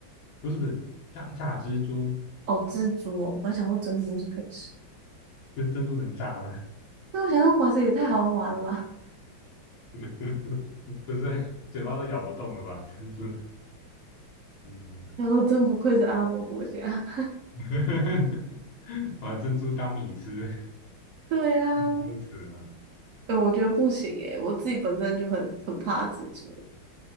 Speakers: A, on the left; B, on the right.
A: 不是不是，炸炸蜘蛛
B: 哦，蜘蛛哦，我还想说珍珠是可以吃，
A: 跟珍珠能炸吗？
B: 那我想说哇塞，也太豪华了吧！
A: <laughs> 不是，嘴巴都咬不动了吧？珍珠，嗯，
B: 然后真不愧是阿拉伯国家。
A: <laughs> 把珍珠当米吃。
B: <laughs> 对啊，
A: <laughs> 都死了，
B: 哎、我觉得不行哎、我自己本身就很很怕蜘蛛。